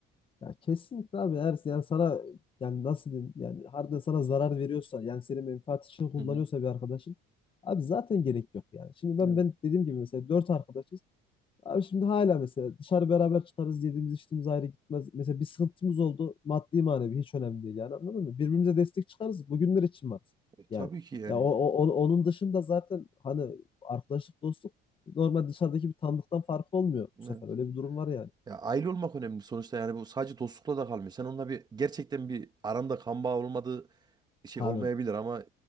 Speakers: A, on the left; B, on the right.
A: Ya kesinlikle abi eğer yani sana yani nasıl diyeyim yani harbiden sana zarar veriyorsa yani senin menfaat için kullanıyorsa
B: Hı hı.
A: bir arkadaşın abi zaten gerek yok yani. Şimdi ben
B: Evet.
A: ben dediğim gibi mesela dört arkadaşız. Abi şimdi hala mesela dışarı beraber çıkarız yediğimiz içtiğimiz ayrı gitmez. Mesela bir sıkıntımız oldu maddi manevi hiç önemli değil yani anladın mı? Birbirimize destek çıkarız bugünler için varız
B: E, tabii
A: yani.
B: ki yani.
A: Ya o, o- o- onun dışında zaten hani arkadaşlık dostluk normal dışarıdaki bir tanıdıktan farkı olmuyor bu
B: Evet.
A: sefer öyle bir durum var yani.
B: Ya aile olmak önemli sonuçta yani bu sadece dostlukla da kalmıyor. Sen onunla bir gerçekten bir aranda kan bağı olmadığı şey
A: Tabii
B: olmayabilir ama